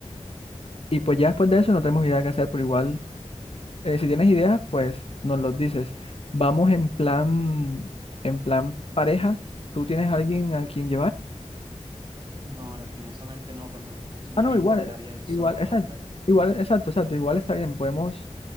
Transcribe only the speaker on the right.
No, lastimosamente no, pero no
me importaría
ir
solo,
la verdad.